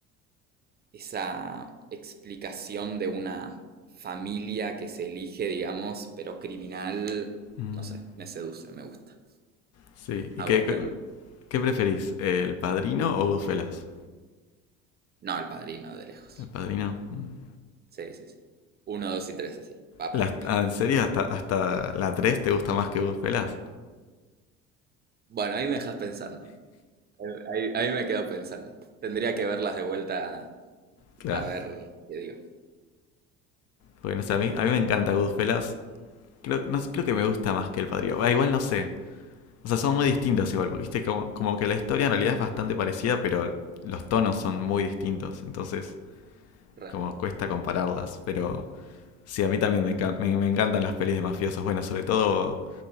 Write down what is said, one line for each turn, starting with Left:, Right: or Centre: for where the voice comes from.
Right: esa explicación de una familia que se elige, digamos, pero criminal,
Left: mm.
Right: no sé, me seduce, me gusta.
Left: Sí, ¿y
Right: ¿A
Left: qué,
Right: vos
Left: qué-
Right: qué onda?
Left: qué preferís? ¿El Padrino o Goodfellas?
Right: No, el padrino de lejos.
Left: El Padrino. mm.
Right: Sí, sí, sí. Uno, dos y tres, así. Pa,
Left: Las-
Right: pa, pa, pa.
Left: ah, ¿En serio? ¿Hasta, hasta la tres te gusta más que Goodfellas?
Right: Bueno, ahí me dejas pensando. Ahí, ahí- me quedo pensando. Tendría que verlas de vuelta
Left: Claro.
Right: a ver qué digo.
Left: Porque no sé, a mí, a mí me encanta Goodfellas. Creo, no, creo que me gusta más que El Padrino. Ah, igual no sé. O sea, son muy distintos igual, porque viste como, como que la historia en realidad es bastante parecida, pero los tonos son muy distintos. Entonces,
Right: Re.
Left: como cuesta compararlas. Pero sí, a mí también me, encan- me- me encantan las pelis de mafiosos. Bueno, sobre todo